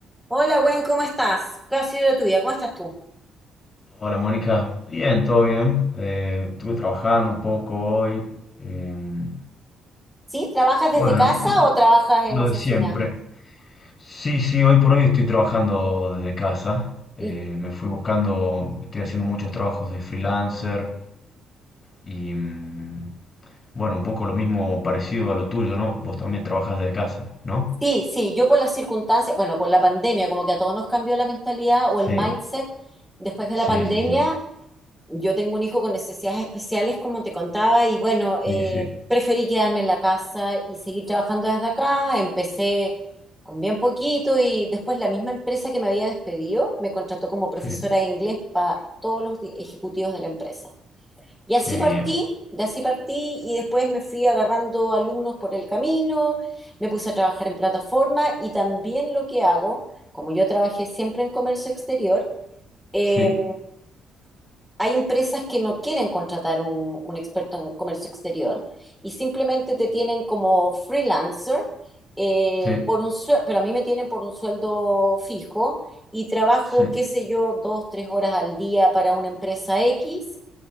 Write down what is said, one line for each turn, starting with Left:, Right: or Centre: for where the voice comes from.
Centre: Hola, Gwen, ¿cómo estás? ¿Qué ha sido de tu vida? ¿Cómo estás tú?
Left: Hola Mónica, bien, todo bien. Eh, estuve trabajando un poco hoy. eh,
Centre: ¿Sí? ¿Trabajas
Left: bueno,
Centre: desde casa o trabajas
Left: lo
Centre: en oficina?
Left: de siempre. Sí, sí, hoy por hoy estoy trabajando desde casa. Eh,
Centre: Y
Left: me fui buscando, estoy haciendo muchos trabajos de freelancer y mm, bueno, un poco lo mismo parecido a lo tuyo, ¿no? Vos también trabajás desde casa, ¿no?
Centre: sí, sí, yo por las circunstancias, bueno, por la pandemia, como que a todos nos cambió la mentalidad o el
Left: Sí,
Centre: mindset después de
Left: sí,
Centre: la pandemia.
Left: sí, sí,
Centre: Yo tengo un hijo con necesidades especiales, como te contaba, y bueno, eh,
Left: sí, sí,
Centre: preferí quedarme en la casa y seguir trabajando desde acá. Empecé con bien poquito y después la misma empresa que me había despedido me contrató como profesora
Left: sí.
Centre: de inglés para todos los di- ejecutivos de la empresa. Y así
Left: Qué bien.
Centre: partí, de así partí y después me fui agarrando alumnos por el camino, me puse a trabajar en plataforma y también lo que hago, como yo trabajé siempre en comercio exterior, eh,
Left: Sí,
Centre: hay empresas que no quieren contratar un, un experto en comercio exterior y simplemente te tienen como freelancer eh,
Left: sí,
Centre: por un sueldo, pero a mí me tienen por un sueldo fijo y trabajo,
Left: sí,
Centre: qué sé yo, dos, tres horas al día para una empresa X